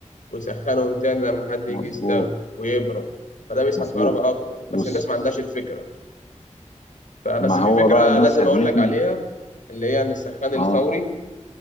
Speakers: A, on the left; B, on the left.
A: ويسخنهم تاني لما حد يجي
B: مظبوط
A: يستخدم ويبرد فده بيسحب
B: مظبوط
A: كهرباء أكتر
B: بص
A: بس الناس ما عندهاش الفكرة فبس
B: ما
A: في
B: هو
A: فكرة
B: بقى الناس
A: لازم
B: هاجمتني
A: أقول لك عليها اللي هي إن السخان الفوري
B: اه